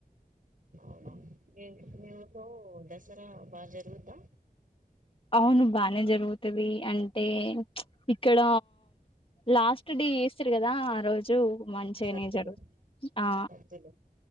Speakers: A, on the right; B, on the left.
A: అవునా మీ ఊళ్ళో దసరా దసర బాగా జరుగుతా
B: అవును బానే జరుగుతుది అంటే ఇక్కడ లాస్ట్ డే కదా ఆ రోజు మంచిగానే
A: సద్దులు
B: జరుగు ఆ
A: సద్దులు